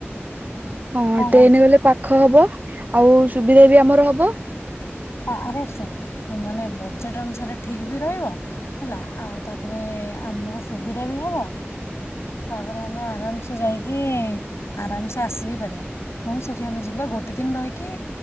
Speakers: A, on the right (about 40°); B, on the left (about 85°).
A: ହଁ
B: କଣ
A: ଟ୍ରେନ୍
B: କହୁଛୁ?
A: ଗଲେ ପାଖ ହବ ଆଉ ସୁବିଧା ବି ଆମର ହବ।
B: ହଁ ଆରେ ଶୁଣ ମାନେ ବଜେଟ ଅନୁସାରେ ଠିକ ବି ରହିବ ହେଲା ଆଉ ତାପରେ ଆମକୁ ସୁବିଧା ବି ହବ ତାପରେ ଆମେ ଆରାମସେ ଯାଇକି ଆରାମସେ ଆସିି ପାରିବା ଶୁଣ ସେଠି ଆମେ ଯିବା ଗୋଟେ ଦିନ ରହିକି